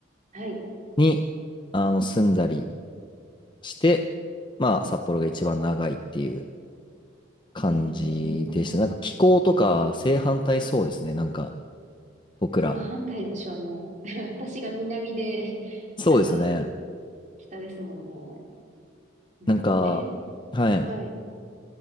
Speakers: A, on the right; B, on the left.
A: はい。
B: に、あの、住んだりして、まあ、札幌が一番長いっていう感じでした。
A: ええ
B: なんか気候とか正反対そうですね、なんか。僕ら。
A: まあ反対でしょうね。<laughs> 私が南で、<laughs>
B: そうですよね。
A: あの、北ですもんね。うん、
B: なんか、
A: え、
B: はい。
A: はい。